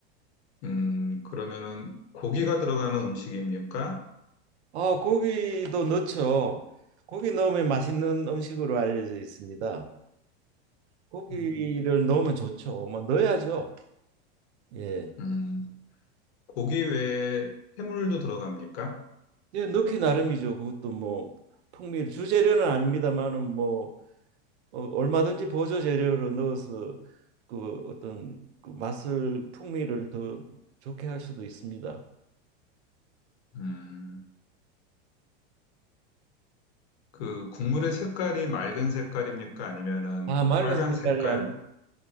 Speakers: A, on the left (about 75°); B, on the right (about 85°).
A: 음, 그러면은 고기가 들어가는 음식입니까?
B: 아, 고기도 넣죠. 고기 넣으면 맛있는 음식으로 알려져 있습니다. 고기를
A: 음,
B: 넣으면 좋죠. 뭐 넣어야죠. 예.
A: 음, 고기 외에 해물도 들어갑니까?
B: 예, 넣기 나름이죠. 그것도 뭐 풍미를 주재료는 아닙니다만은 뭐 어, 얼마든지 보조 재료를 넣어서 그 어떤 그 맛을 풍미를 더 좋게 할 수도 있습니다.
A: 음, 그 국물의 색깔이 맑은 색깔입니까? 아니면은
B: 아, 맑은
A: 빨간
B: 색깔이
A: 색깔,
B: 아니,